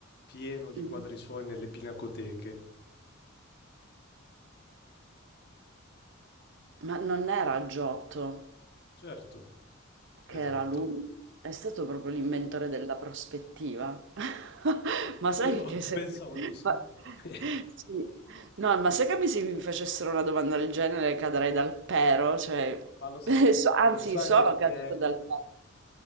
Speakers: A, on the left; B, on the right.
A: pieno di
B: In-
A: quadri suoi nelle pinacoteche.
B: Ma non era Giotto.
A: Certo,
B: che
A: esatto.
B: era lui, è stato proprio l'inventore
A: sì.
B: della prospettiva. <laughs> Ma sai
A: Io <laughs>
B: che se...
A: pensavo di sì.
B: ma-
A: <laughs>
B: sì. No, ma sai che mi- se mi facessero una domanda del genere cadrei dal pero, cioè...
A: Ma lo, s-
B: <laughs> so- Anzi,
A: lo sai
B: sono
A: perché
B: caduta dal pero.